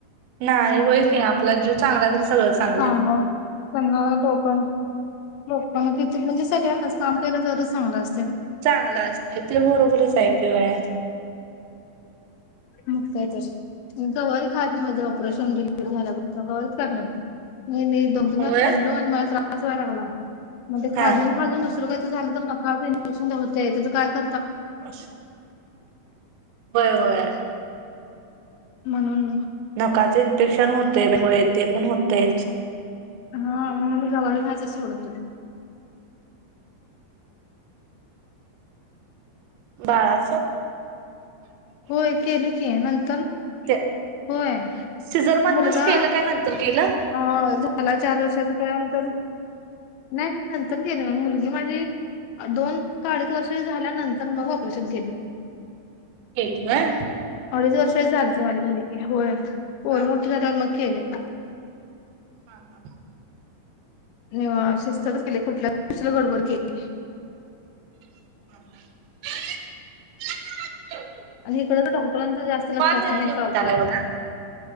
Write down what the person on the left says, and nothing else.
काम पण लोकाना हो पण तीथे म्हणजे सगळ्यांनाच काम केलं तरच चांगला असत
मग काय आजून गवारी खाकी माझं ऑपरेशन
डिलिव्हरी झाल्यावर गवारीच का घ्याय नाही नाही नाही दो तीन
म खाल्लो आणि मला कसंवाय लागला मणेाजून
खाजून झालं तर नकां इंजेक्शन होतय त्या कायत
म्हणून
हा मणून मी जवारी खायच सोडून देतो
होय केली की नंतर
होय
मुलगा
अ झाला चार वर्षाचा त्या नाही नाही नंतर गेले म मुलगी माझी दोन अडीच वर्ष झाल्यानंतर मग ऑपरेशन केले म
अडीच वर्षच झालीती माझी मुलगी होय पर
मोठ झाातवर मग केले ह
नाहीव शिस्तातच केली कुठल्या गोष्टीला गडबड केली नाही
आणि इकडं तर डॉक्टरांचं जास्त लक्ष असत
नाही कावत्यात